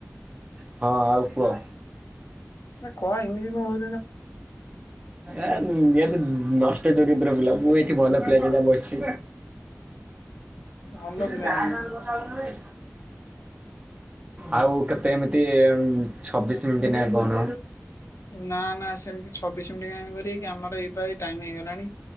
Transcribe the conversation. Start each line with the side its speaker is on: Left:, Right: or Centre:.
Right: ହଁ ଆଉ କୁହ।
Left: କ ଏମିତି ହଉ
Right: ଏ ନିହାତି ନଷ ଟ ଚରିତ୍ର ପିଲା ମୁଁ ଏଠି ଭଲ ପିଲା ଟେ ଯା ବସିଛି।
Left: ଭଲ
Right: କିନ୍ତୁ
Left: ପିଲା
Right: ତା
Left: ନୁହଁ।
Right: ସାଙ୍ଗରେ କଥା ହଉଚୁ ନା ନାଇ। ଆଉ କେତେ ଏମିତି ଛବିଶ ମିନିଟ ନ କଣ?
Left: ନା ନା ସେମିତି ଛବିଶ ମିନିଟ କାହିଁକି କରିବା କି ଆମର ଏଇ ପା ଏଇ ଟାଇମ ହେଇଗଲାଣି